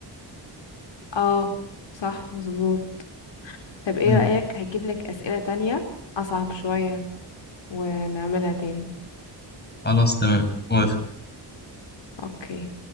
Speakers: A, on the left (about 80°); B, on the left (about 25°).
A: اه صح مظبوط طب ايه
B: مم.
A: رأيك هجيب لك أسئلة تانية أصعب شوية ونعملها تاني
B: خلاص تمام موافق
A: اوكي